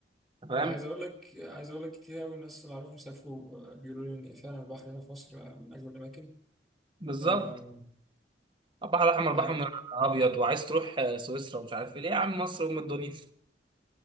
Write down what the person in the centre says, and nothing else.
عايز أقول لك عايز أقول لك كتير أوي الناس اللي أعرفهم سافروا بيقولوا لي إن فعلا البحر هنا في مصر آه، من أجمل الأماكن
آه،
يعني